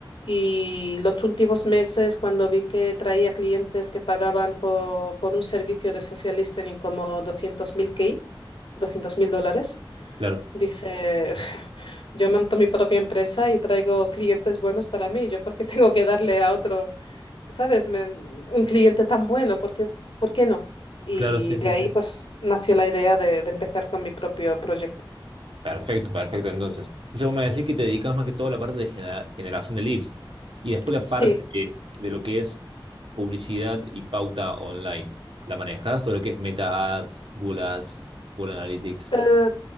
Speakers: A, on the left; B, on the right.
A: Y los últimos meses, cuando vi que traía clientes que pagaban por, por un servicio de social listening como 200.000 K, doscientos mil dólares,
B: claro,
A: dije, <laughs> yo monto mi propia empresa y traigo clientes buenos para mí, yo porque tengo que darle a otro. ¿sabes? Me- un cliente tan bueno, ¿por qué, por qué no? Y
B: claro, sí,
A: de
B: sí,
A: ahí
B: sí.
A: pues nació la idea de, de empezar con mi propio proyecto.
B: Perfecto, perfecto. Entonces, entonces vos me decís que te dedicas más que todo a la parte de genera- generación de leads y después la
A: Sí,
B: parte de, de lo que es publicidad y pauta online. ¿La manejas? Todo lo que es Meta Ads, Google Ads, Google Analytics.
A: eh,